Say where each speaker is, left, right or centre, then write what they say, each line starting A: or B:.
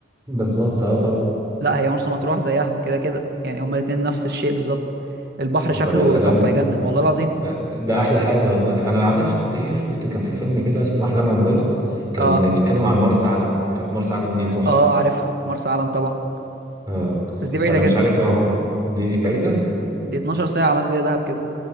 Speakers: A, on the right; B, on the right.
A: بالظبط اه طب
B: لا هي مرسى مطروح زيها كده كده يعني هما الاتنين نفس الشيء بالظبط البحر شكله
A: طب يا سلام
B: تحفة يجنن والله العظيم
A: ده, ده ده احلى حاجه والله انا عارف شفت ايه شفت كان في فيلم كده اسمه احلام عمرنا كان
B: اه
A: بيتكلم عن مرسى علم كانت مرسى علم دي تحفه
B: اه
A: بقى
B: عارف مرسى علم طبعا
A: اه
B: بس دي بعيدة
A: فانا
B: جدا
A: مش عارف اهو دي بعيده
B: دي 12 ساعة مثلا زي دهب كده